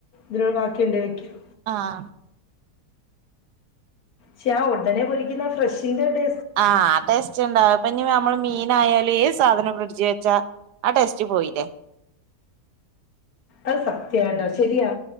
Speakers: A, on the left (about 65°); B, on the right (about 85°).
A: തിനോട് വാക്കിണ്ടേ വെക്യും
B: ആഹ്
A: ഷെ ആ ഒടനെ പൊരിക്കുന്ന ഫ്രഷിന്റെ ടേ
B: ആഹ് ടെസ് ച്ചെന്താ പഞ്ഞ് ഞമ്മള് മീനായാലും ഏത് സാധനം ഫ്രഡ്ജ് വെച്ചാ ആ ടേസ്റ്റ് പോയില്ലേ
A: അത് സത്യാട്ടോ ശരിയാ